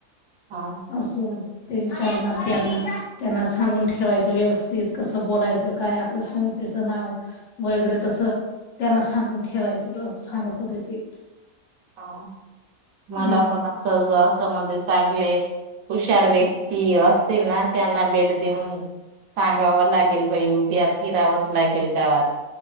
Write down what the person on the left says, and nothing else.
असं ते विचारणार त्यांना त्यांना सांगून ठेवायचं व्यवस्थित कसं बोलायचं काय आपलं स्य त्याचं नाव वगैरे तस त्यांना सांगून ठेवायचं सांगत होते ते
हम्म